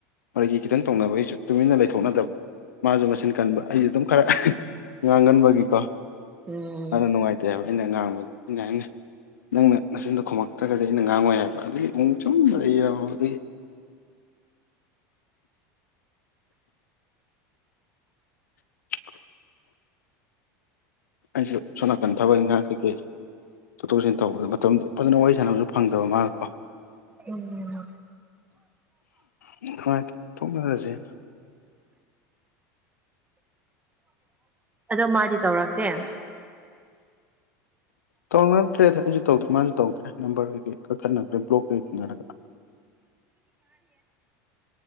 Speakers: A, on the left (about 85°); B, on the right (about 15°).
A: ꯃꯥꯒꯤ ꯈꯤꯇꯪ ꯇꯧꯅꯕꯩꯁꯨ ꯇꯨꯃꯤꯟꯅ ꯂꯩꯊꯣꯛꯅꯗꯕ ꯃꯥꯁꯨ ꯃꯤꯟ ꯀꯟꯕ ꯑꯩꯁꯨ ꯑꯗꯨꯝ ꯈꯔ ꯉꯥꯡꯒꯟꯕꯒꯤꯀꯣ
B: ꯎꯝ
A: ꯌꯥꯝꯅ ꯅꯨꯡꯉꯥꯏꯇꯦ ꯍꯥꯏꯕ ꯑꯩꯅ ꯉꯥꯡꯕꯗꯣ ꯑꯩꯅ ꯍꯥꯏꯅꯩ ꯅꯪꯅ ꯅꯆꯤꯟꯗꯣ ꯈꯨꯝꯃꯛꯇ꯭ꯔꯒꯗꯤ ꯑꯩꯅ ꯉꯥꯡꯉꯣꯏ ꯍꯥꯏꯕ ꯑꯗꯨꯒꯤ ꯏꯨꯛ ꯁꯨꯝꯗ ꯑꯩ ꯑꯗꯨꯒꯤ <inaudible> <inaudible> ꯑꯩꯁꯦ ꯁꯣꯝ ꯅꯥꯀꯟ ꯊꯕꯛ ꯏꯪꯈꯥꯡ ꯀꯩꯀꯩ ꯆꯠꯊꯣꯛ ꯆꯠꯁꯤꯟ ꯇꯧꯕꯗ ꯃꯇꯝꯗꯣ ꯐꯖꯅ ꯋꯥꯔꯤ ꯁꯥꯟꯅꯕꯁꯨ ꯐꯪꯗꯕ ꯃꯥꯒ ꯀꯣ
B: ꯎꯝ
A: ꯅꯨꯡꯉꯥꯏ ꯊꯣꯛꯅꯔꯁꯦ
B: ꯑꯗꯣ ꯃꯥꯗꯤ ꯇꯧꯔꯛꯇꯦ
A: ꯇꯅ ꯐꯔꯦ ꯑꯩꯁꯨ ꯇꯧꯗ꯭ꯔꯦ ꯃꯥꯁꯨ ꯇꯧꯗ꯭ꯔꯦ ꯅꯝꯕꯔ ꯀꯩ ꯀꯛꯊꯠꯅꯈ꯭ꯔꯦ ꯕ꯭ꯂꯣꯛꯀꯩ ꯊꯦꯡꯅꯔꯒ